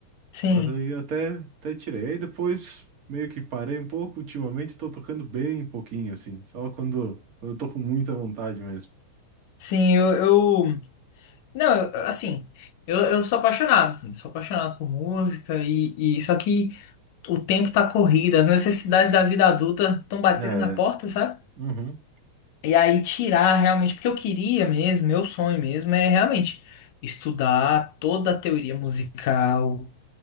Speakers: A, on the left; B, on the right.
A: Sim.
B: Mas aí até, até tirei. Aí depois meio que parei um pouco. Ultimamente tô tocando bem pouquinho, assim, só quando, quando eu tô com muita vontade mesmo.
A: Sim, eu, eu... Não, eu- assim, eu, eu sou apaixonado, assim, sou apaixonado por música e, e... Só que o tempo tá corrido, as necessidades da vida adulta estão batendo
B: É,
A: na porta, sabe?
B: uhum,
A: E aí tirar realmente, porque eu queria mesmo, meu sonho mesmo é realmente estudar toda a teoria musical,